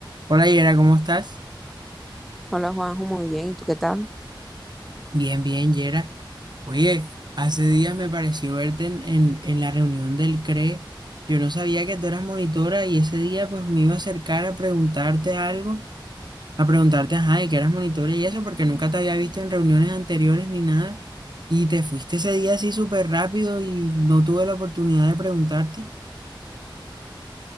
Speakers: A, on the right; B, in the centre.
A: Hola Yera, ¿cómo estás?
B: Hola Juanjo, muy bien. ¿Y tú qué tal?
A: Bien, bien, Yera. Oye, hace días me pareció verte en, en, en la reunión del CRE. Yo no sabía que tú eras monitora y ese día pues me iba a acercar a preguntarte algo, a preguntarte, ajá, de que eras monitora y eso, porque nunca te había visto en reuniones anteriores ni nada. Y te fuiste ese día así súper rápido y no tuve la oportunidad de preguntarte.